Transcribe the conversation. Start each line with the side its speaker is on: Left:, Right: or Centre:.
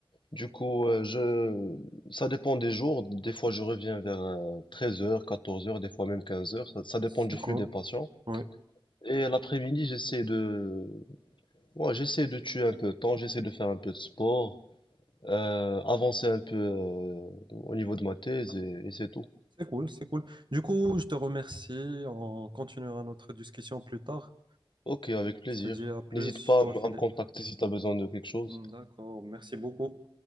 Left: Du coup, euh, je... ça dépend des jours. Des fois, je reviens vers 13 heures, 14 heures, des fois même 15 heures. Ça, ça dépend
Right: C'est
Left: du
Right: cool.
Left: flux des patients.
Right: Oui.
Left: Et l'après-midi, j'essaie de... ouais, j'essaie de tuer un peu de temps, j'essaie de faire un peu de sport, euh, avancer un peu euh, au niveau de ma thèse et, et c'est tout.
Right: C'est cool, c'est cool. Du coup, je te remercie. On continuera notre discussion plus tard.
Left: Ok, avec plaisir.
Right: Je te dis à plus,
Left: N'hésite pas
Right: je dois
Left: à m-
Right: filer.
Left: à me contacter si tu as besoin de quelque chose.
Right: D'accord, merci beaucoup.